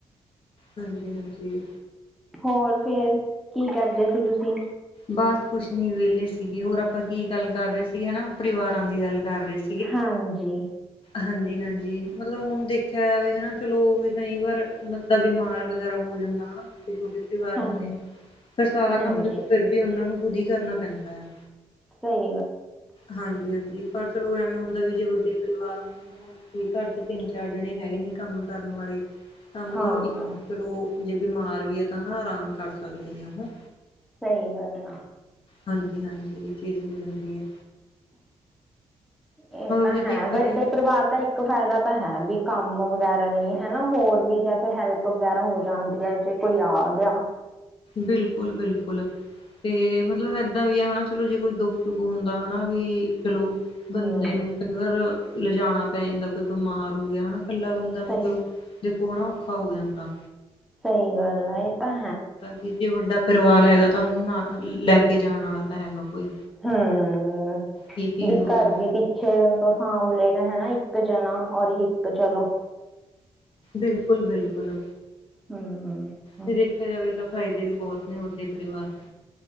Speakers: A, on the left (about 50°); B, in the centre.
A: ਹਾਂਜੀ-ਹਾਂਜੀ
B: ਹੋਰ ਫੇਰ, ਕੀ ਕਰਦੇ ਸੀ ਤੁਸੀਂ
A: ਬਸ ਕੁੱਛ ਨ ਵੇਲੇ ਸੀਗੇ, ਹੋਰ ਆਪਾਂ ਕੀ ਗੱਲ ਕਰ ਰਹੇ ਸੀ ਹਨਾ, ਪਰਿਵਾਰਾਂ ਦੀ ਗੱਲ ਕਰ ਰਹੇ ਸੀ।
B: ਹਾਂਜੀ।
A: ਹਾਂਜੀ ਹਾਂਜੀ, ਮਤਲਬ ਹੁਣ ਦੇਖਿਆ ਜਾਵੇ ਹਨਾ, ਚਲੋ ਵੀ ਕਈ ਵਾਰ ਮਤ ਬਿਮਾਰ ਵਗੈਰਾ ਹੋ ਜਾਂਦਾ ਹਨਾ, ਤੇ ਛੋਟੇ ਪਰਿਵਾਰ
B: ਹਾਂਜੀ
A: ਹੁੰਦੇ ਨੇ ਫ਼ਿਰ ਸਾਰਾ ਕੰਮ
B: ਹਾਂਜੀ
A: ਦੇਖੋ ਪਰ ਫਿਰ ਉਹਨਾ ਨੂੰ ਖੁਦ ਹੀ ਕਰਨਾ ਪੈਂਦਾ ਆ।
B: ਸਹੀ ਹੈ।
A: ਹਾਂਜੀ ਹਾਂਜੀ, ਪਰ ਚਲੋ ਐਵੇਂ ਹੁੰਦਾ ਵੀ ਜੇ ਵੱਡੇ ਪਰਿਵਾਰ ਨੂੰ ਕੀ, ਘਰ ਚ ਤਿੰਨ ਚਾਰ ਜਣੇ ਹੈਹੀ ਨੇ ਕੰਮ ਕਰਨ ਵਾਲੇ, ਤਾਂ ਮਤਲਬ
B: ਹਾਂ
A: ਇੱਕ ਚਲੋ ਜੇ ਬਿਮਾਰ ਵੀ ਹੈ ਤਾਂ ਆਰਾਮ ਕਰ ਸਕਦੇ ਹ ਉਹੋ
B: ਸਹੀ ਗੱਲ ਆ।
A: ਹਾਂਜੀ ਹਾਂਜੀ, ਇਹ ਚੀਜ਼ ਹੋ ਜਾਂਦੀ ਹੈ।
B: ਇਹ
A: ਮਤਲਬ
B: ਤਾਂ
A: ਜੇ
B: ਹੈ
A: ਦੇਖਿਆ
B: ਵੱਡੇ
A: ਜਾਵੇ
B: ਪਰਿਵਾਰ ਦਾ ਇੱਕ ਫਾਇਦਾ ਤਾਂ ਹੈ, ਵੀ ਕੰਮ ਵਗੈਰਾ ਲਈ ਹਨਾ ਹੋਰ ਵੀ ਜੈਥੇ ਹੈਲਪ ਵਗੈਰਾ ਹੋ ਜਾਂਦੀ ਹੈ। ਫੇਰ ਕੋਈ ਆ ਗਿਆ।
A: ਬਿਲਕੁਲ-ਬਿਲਕੁਲ, ਤੇ ਮਤਲਬ ਏਦਾਂ ਵੀ ਆ ਹਨਾ ਚਲੋ ਜੇ ਕੋਈ ਦੋ ਦੁੱਖ ਹੁੰਦਾ ਹਨਾ ਵੀ ਚਲੋ ਬੰਦੇ
B: ਹੂੰ
A: ਨੂੰ ਕਈ ਵਾਰ ਲਿਜਾਉਣਾ ਪੈ ਜਾਂਦਾ। ਕੋਈ ਬਿਮਾਰ ਹੋ ਗਿਆ ਹਨਾ, ਕੱਲਾ ਬੰਦਾ ਮਤਲਬ
B: ਸਹੀ
A: ਦੇਖੋਨਾ ਔਖਾ ਹੋ ਜਾਂਦਾ।
B: ਸਹੀ ਗੱਲ ਹੈ। ਤਾਂ
A: ਕਿ ਜੇ ਵੱਡਾ ਪਰਿਵਾਰ ਹੈਗਾ ਤਾਂ ਉਹਨੂੰ ਨਾ ਨਾਲ ਲੈ ਕੇ ਜਾਣ ਵਾਲਾ ਤਾਂ ਹੈਗਾ। ਕੋਈ।
B: ਹਾਂ
A: ਕੀ ਚੀਜ਼
B: ਵੀ
A: ਹੋ
B: ਘਰ
A: ਜਾ
B: ਵੀ ਪਿੱ ਪਿੱਛੇ ਤੋਂ ਸਾਂਭਲੇਗਾ ਹੈਨਾ ਇੱਕ ਜਣਾ ਔਰ ਇੱਕ ਚਲੋ।
A: ਬਿਲਕੁਲ-ਬਿਲਕੁਲ।
B: ਹੁ-ਹੁ
A: ਫ ਦੇਖਿਆ ਜਾਵੇ ਤਾਂ ਫ਼ਾਇਦੇ ਵੀ ਬਹੁਤ ਨੇ ਵੱਦੇ ਪਰਿਵਾਰ ਨੂੰ